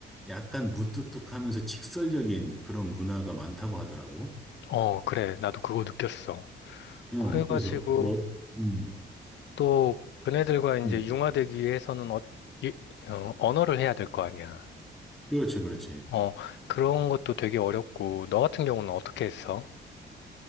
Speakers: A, in the centre; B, on the left.
A: 약간 무뚝뚝하면서 직설적인 그런 문화가 많다고 하더라고.
B: 어, 그래. 나도 그거 느꼈어.
A: 어,
B: 그래가지고
A: 그래서 너, 음,
B: 또 그네들과 이제
A: 음,
B: 융화되기 위해서는 어, 이- 어, 언어를 해야 될 거 아니야.
A: 그렇지, 그렇지.
B: 어, 그런 것도 되게 어렵고, 너 같은 경우는 어떻게 했어?